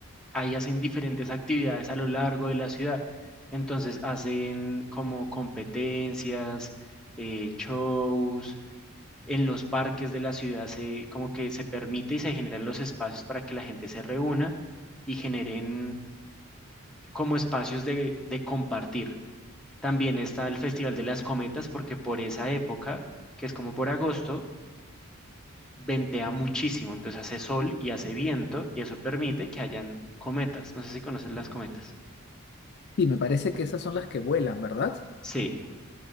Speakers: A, in the centre; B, on the left (about 50°).
A: ahí hacen diferentes actividades a lo largo de la ciudad. Entonces hacen como competencias, eh, shows, en los parques de la ciudad se, como que se permite y se generan los espacios para que la gente se reúna y generen como espacios de, de compartir. También está el Festival de las Cometas porque por esa época, que es como por agosto, ventea muchísimo, entonces hace sol y hace viento y eso permite que hayan cometas. No sé si conoces las cometas.
B: sí me parece que esas son las que vuelan, ¿verdad?
A: Sí.